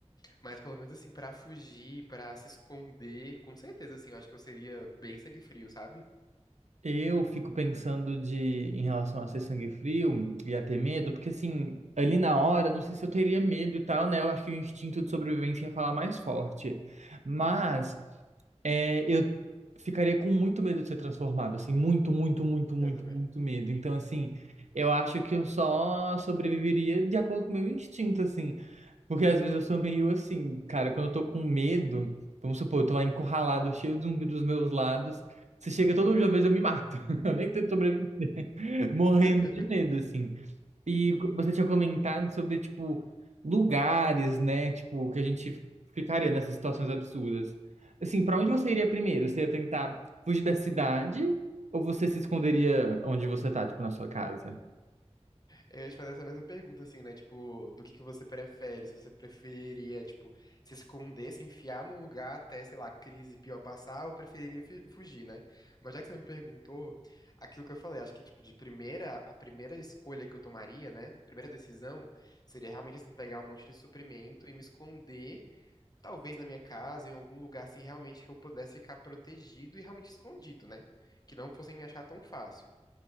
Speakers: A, on the left; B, on the right.
A: Mas pelo menos assim, pra fugir, pra se esconder, com certeza, assim, eu acho que eu seria bem sangue frio, sabe?
B: Eu fico pensando de em relação a ser sangue frio e a ter medo, porque assim, ali na hora, não sei se eu teria medo e tal, né? Eu acho que o instinto de sobrevivência ia falar mais forte. Mas é, eu ficaria com muito medo de ser transformado, assim, muito, muito, muito, muito,
A: Eu também.
B: muito medo. Então, assim, eu acho que eu só sobreviveria de acordo com o meu instinto, assim. Porque às vezes eu sou meio assim, cara, quando eu tô com medo, vamos supor, eu tô lá encurralado, cheio de zumbi dos meus lados. Se chega todo mundo de uma vez, eu me mato. <laughs> Eu nem tento sobreviver. Morrendo
A: <laughs>
B: de medo, assim. E você tinha comentado sobre, tipo, lugares, né? Tipo, que a gente ficaria nessas situações absurdas. Assim, pra onde você iria primeiro? Você ia tentar fugir da cidade? Ou você se esconderia onde você tá, tipo, na sua casa?
A: Eu ia te fazer essa mesma pergunta, assim, né? Tipo, do que que você prefere? Se você preferia, tipo, se esconder, se enfiar num lugar até, sei lá, a crise pior passar, ou preferiria fi- fugir, né? Mas já que você me perguntou, aquilo que eu falei, acho que, tipo, de primeira, a primeira escolha que eu tomaria, né? Primeira decisão seria realmente, assim, pegar um monte de suprimento e me esconder, talvez na minha casa, em algum lugar, assim, realmente que eu pudesse ficar protegido e realmente escondido, né? Que não fossem me achar tão fácil